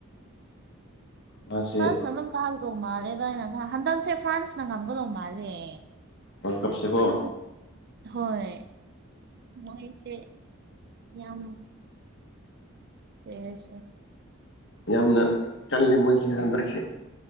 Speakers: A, on the left; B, on the right.
A: ꯃꯥꯁꯦ
B: ꯐ꯭ꯔꯥꯟꯁꯨ ꯑꯗꯨꯝ ꯀꯥꯒꯗꯧ ꯃꯥꯜꯂꯦ ꯑꯗꯨꯅꯥꯀꯣ ꯍꯟꯗꯛꯁꯦ ꯐ꯭ꯔꯥꯟꯁꯅ ꯉꯝꯒꯗꯧ ꯃꯥꯜꯂꯦ
A: ꯋꯥꯔ꯭ꯜ ꯀꯞꯁꯤꯀꯣ
B: ꯑꯗꯨꯝ ꯍꯣꯏ ꯃꯣꯏꯁꯦ ꯌꯥꯝ ꯀꯩ ꯍꯥꯏꯁꯤꯔ
A: ꯌꯥꯝꯅ ꯀꯜꯂꯤ ꯃꯣꯏꯁꯦ ꯍꯟꯗꯛꯁꯤ